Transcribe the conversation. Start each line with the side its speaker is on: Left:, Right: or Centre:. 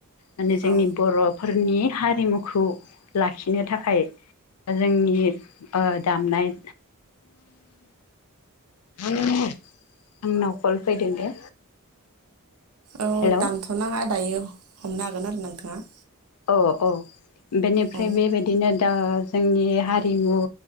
Left: माने जोंनि
Right: औ
Left: बर' फोरनि हारिमुखौ लाखिनो थाखाय जोंनि ओ दामनाय, आंनाव कल फैदों दे।
Right: औ
Left: हेलौ
Right: दानथ'नाङा दायो हमनो हागोन आरो नोंथाङा।
Left: औ औ। बेनिफ्राय
Right: औ
Left: बे बायदिनो ओ जोंनि हारिमु